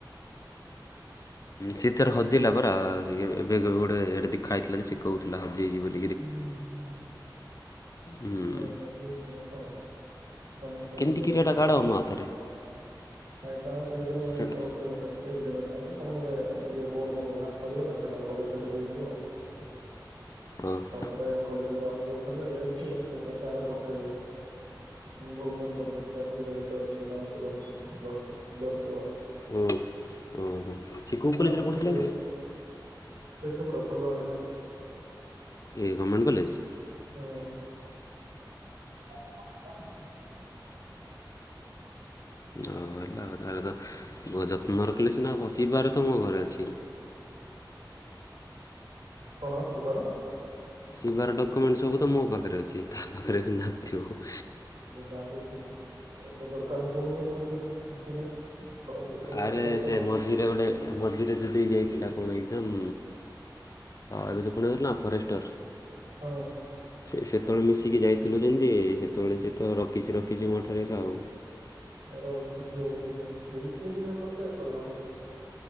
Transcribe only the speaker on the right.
<unintelligible> <unintelligible> ଏଗ୍ରିମେଣ୍ଟ
ନାଇଁ ତ କଣ
ଗୋଟେ
ଏ କୋଟ
ଗୋଟେ ବାହାରକରିଗଲା, ସେଇଟା କଲେଜରେ ଦେଇଯିବ। <inaudible>
ତାପରେ କଲେଜ ରେ ଆପ୍ରୋଭ ହେଲେ ଯାଇକି ସେଇଟା ସିଆଡେ ପଠେଇବେ। ଭୁବନେଶ୍ୱର <unintelligible> ଗୋଟେ ଅଛି କାଉଁସିଲ୍ ଅଫିସ୍। <unintelligible>
ତାପରେ
<unintelligible> ଫୁଲବାଣୀରେ।
ହିଁ। <inaudible>
କଣ ଶିବାର
ଏ <unintelligible> ଦରକାର ପଡୁନି ବୋଲି କିଛି ନାହିଁ। ହଁ ଯେତେବେଳେ
ଦରକାର ପଡିବ
ହଁ।
<unintelligible> ଦେଇଥିଲେ କି ଏବେ ତୋତେ କହିବ।